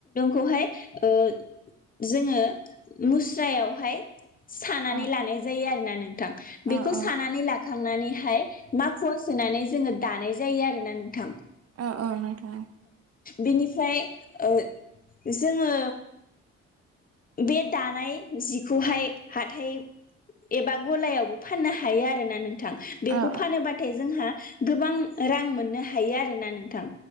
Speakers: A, on the left; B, on the right.
A: खौहाय ओ जोङो मुस्रायावहाय सानानै
B: अ
A: लानाय जायो आरोना नोंथां
B: अ
A: बेखौ
B: अ नोंथां। अ
A: सानानै ला खांनानैहाय माखुआव सोनानै जोङो दानाय जायो आरो ना नोंथां
B: औ औ नोंथां
A: बेनिफ्राय ओ जोङो बे दानाय जिखौहाय हाथाय एबा गलायावबो फाननो हायो आरो ना नों थां बेखौ
B: अ
A: फानोबाथाय जोंहा गोबां रां मोननो हायो आरोना नोंथां